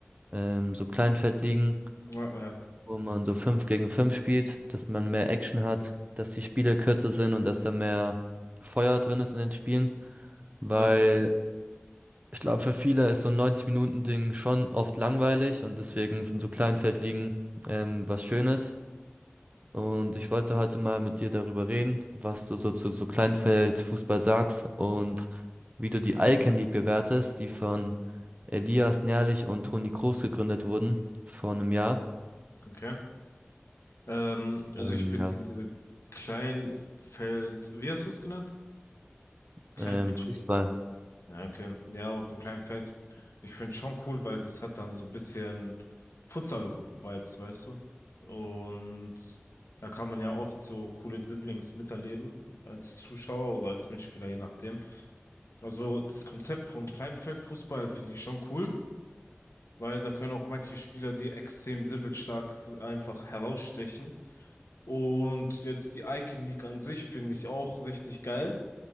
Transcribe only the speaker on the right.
ähm, so Kleinfeldligen,
wo man so fünf gegen fünf spielt, dass man mehr Action hat, dass die Spiele kürzer sind und dass da mehr Feuer drin ist in den Spielen, weil
ich glaube, für viele ist so ein 90-Minuten-Ding schon oft langweilig und deswegen sind so Kleinfeldligen ähm, was Schönes. Und ich wollte heute mal mit dir darüber reden, was du so zu so Kleinfeldfußball sagst und wie du die Icon League bewertest, die von Elias Nährlich und Toni Kroos gegründet wurden vor einem Jahr.
Ähm,
ja,
ähm, Fußball.